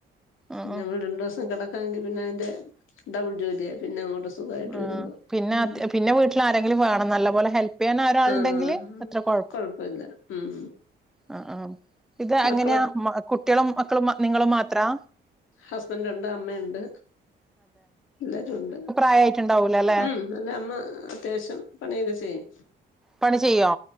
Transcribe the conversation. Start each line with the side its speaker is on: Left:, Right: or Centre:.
Centre: ഉം
Left: പിന്നെ നമ്മൾ രണ്ടു ദിവസം കിടക്കാങ്കി പിന്നെ അതിന്റെ ഡബിൾ ജോലിയ പിന്നെ അങ്ങോട്ട് സുഖായിട്ട്
Centre: ആ
Left: വരുമ്പോ
Centre: പിന്നെ
Left: ഉം
Centre: പിന്നെ വീട്ടിൽ ആരെങ്കിലും വേണം നല്ല പോലെ ഹെല്പ് ചെയ്യാൻ ഒരാളുണ്ടെങ്കില്
Left: ആഹ്
Centre: അത്ര കൊ
Left: കൊഴപ്പല്ല ഉം
Centre: ആ ആ ഇത് അങ്ങനെയ
Left: മക്കളൊ
Centre: കുട്ടികളും മക്കളും നിങ്ങളും മാത്രാ
Left: ഹസ്ബൻറ് ഉണ്ട് അമ്മയുണ്ട് എല്ലാരും ഉണ്ട്
Centre: ചായയായിട്ടുണ്ടാവൂല അല്ലെ
Left: ഉം എന്റെ അമ്മ അത്യാവശ്യം പണിയൊക്കെ ചെയ്യും
Centre: പണി ചെയ്യോ